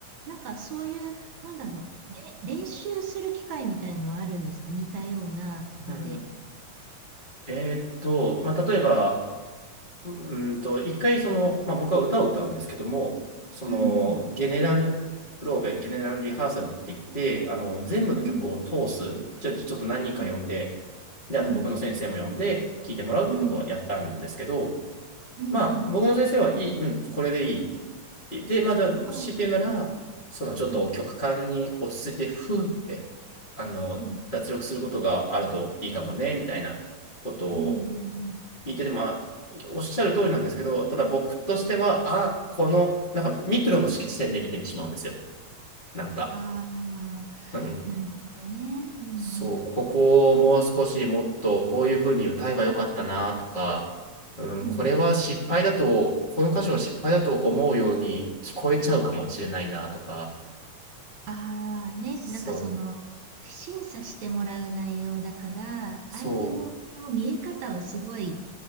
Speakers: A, on the right; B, on the left.
A: なんかそういう、なんだろう、れ、練習する機会みたいのはあるんですか似たような場で。
B: うん。えーっと、まあ、例えば、うんと、一回その、まあ、僕は歌を歌うんですけども、その、
A: うんうん。
B: ゲネラルプローベ、ゲネラルリハーサルって言って、あの、全部の曲を通す、
A: うん。
B: ちょ、ちょっと何人か呼んで、
A: うん。
B: で、
A: うん。
B: あと僕の先生も呼んで、聞いてもらうってことはやったんですけど、
A: うん。うん。うん。
B: まあ、僕の先生はいい、うん、これでいいって言って、まあ、じゃあ、
A: あ、
B: 強いて言うなら、
A: うん。
B: そのちょっと曲間に落ち着いて、
A: うん。
B: ふーって、あの、
A: うん。
B: 脱力することがあるといいかもね、みたいなことを
A: うん。
B: 聞いてて、まあ、おっしゃる通りなんですけど、ただ僕としては、
A: うん。
B: あ、この、なんかミクロの色地点で見てしまうんですよ。なんか、
A: ああ
B: うん。
A: ー、なるほどね。うんうん。
B: そう、ここをもう少しもっとこういう風に歌えばよかったなとか、うん、
A: うん。
B: これは失敗だと、この歌詞は失敗だと思うように聞こえちゃうかもしれないなとか、
A: ああ、ね。
B: そう、
A: なんかその、審査してもらう内容だから、
B: そ
A: 相手のこう見え方をすごい